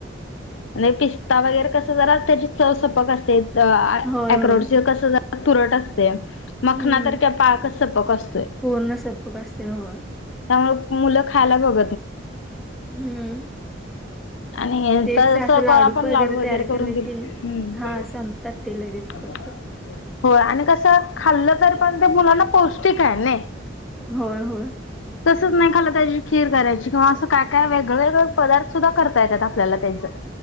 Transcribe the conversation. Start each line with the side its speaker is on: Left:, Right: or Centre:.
Left: म्ह पिस्ता वगैरे कस जरा त्याची चव सपक असते
Centre: होय
Left: अ्रोड
Centre: होय
Left: कस तुरट असते मखना
Centre: हम्म
Left: तरारख्या पाकच सपक असतोय
Centre: पूर्ण सपक असते होय
Left: त्यामु मुलं खायला बघ
Centre: हम्म
Left: अ नाही
Centre: तेच
Left: तर
Centre: असं
Left: आपण लाडू वगैरे
Centre: तयार
Left: करून
Centre: केले
Left: दिल
Centre: की
Left: हम्
Centre: हा संपतात ते लगेच पटपट
Left: हो आणि कस खाल्लं तर पण मुलांना पौष्टिक आहे ना
Centre: होय होय
Left: तसंच नाही खाला त्याची खीर करायची किंवा असं काय काय वेगळे वगळे पदार्थ सुद्धा करतायेत आता त्यांच